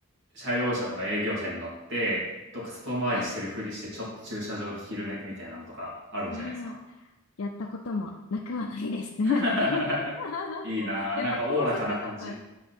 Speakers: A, on the right; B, on the left.
A: 社用車とか営業車に乗って、どっか外回りしてるふりして、
B: はい。
A: ちょっと駐車場で昼寝みたいなのとかあるんじゃないですか
B: ああ。やったこともなくはないですね。
A: <laughs>
B: <laughs>
A: いいなあ、
B: やっぱ高速とか、
A: なんかおおらかな感じ。